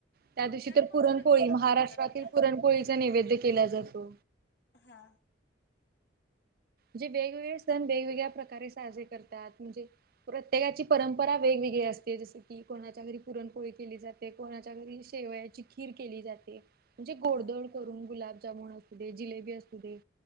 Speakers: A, on the right (about 55°); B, on the left (about 65°).
A: त्या
B: तुमच्याकडे
A: दिवशी तर
B: कोणता
A: पुरणपोळी
B: बेंदूर साजरा
A: महाराष्ट्रातील
B: केला जातोय
A: पुरणपोळीचा नैवेद्य केला जातो.
B: हा
A: जे वेगवेगळे सण वेगवेगळ्या प्रकारे साजरे करतात, म्हणजे प्रत्येकाची परंपरा वेगवेगळी असते जशी की ई कोणाच्या घरी पुरणपोळी केली जाते, कोणाच्या घरी शेवयाची खीर केली जाते. म्हणजे गोडधोड
B: हा
A: करून गुलाब जामून असू दे, जिलेबी असु दे,